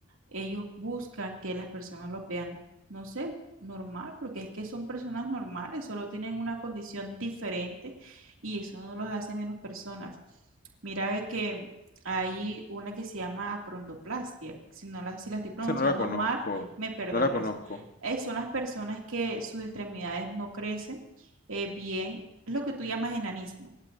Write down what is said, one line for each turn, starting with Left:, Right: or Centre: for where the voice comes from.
Right: Ellos buscan que las personas lo vean, no sé, normal, porque es que son personas normales, solo tienen una condición diferente y eso no los hace menos personas. Mira, ve que hay una que se llama acrondoplastia. Si no la, si la estoy pronunciando
Left: Esa no la conozco,
Right: mal, me perdonas.
Left: no la conozco.
Right: Eh, son las personas que sus extremidades no crecen eh, bien, lo que tú llamas enanismo.